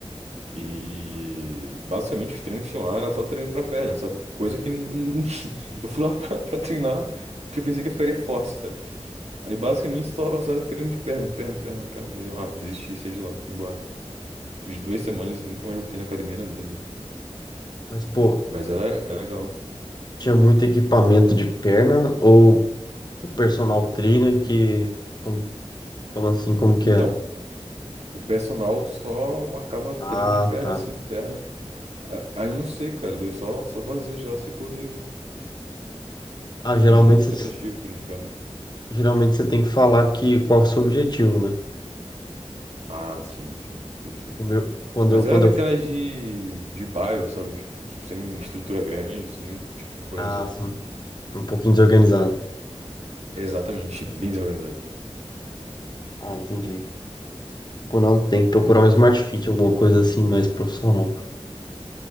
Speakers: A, on the right; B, on the left.
A: E basicamente os treinos que tinham lá era só treino pra perna, sabe? Coisa que n- <laughs> eu fui lá <laughs> pra, pra treinar porque eu pensei que eu ficaria forte, sabe? Aí basicamente só, só era treino de perna, perna, perna, perna. Daí eu, ah, desisti, saí de lá, fui embora. Fiz duas semanas e nunca mais voltei na academia na vida.
B: Mas, pô,
A: Mas era, é legal.
B: tinha muito equipamento de perna ou o personal trainer que. como- Como assim? Como que
A: Então,
B: é?
A: o personal só marcava treino
B: Ah,
A: de perna,
B: tá.
A: assim, perna. A- Aí eu não sei, cara, deu só, só vazio já, sei corrido.
B: Ah, geralmente
A: É muito
B: você,
A: cansativo
B: te-
A: o treino de perna.
B: geralmente você tem que falar que qual é o seu objetivo, né?
A: Ah, sim, sim, perfeito.
B: O meu, quando
A: Mas
B: eu,
A: era
B: quando
A: daquelas
B: eu,
A: de, de bairro, sabe? Tipo, sem estrutura grande, sem nenhum tipo de coisa,
B: ah,
A: sabe?
B: sim, um pouquinho desorganizado.
A: Exatamente, <laughs> bem desorganizado.
B: Ah, entendi. Pô, não, tem que procurar um Smart Fit, alguma coisa assim mais profissional.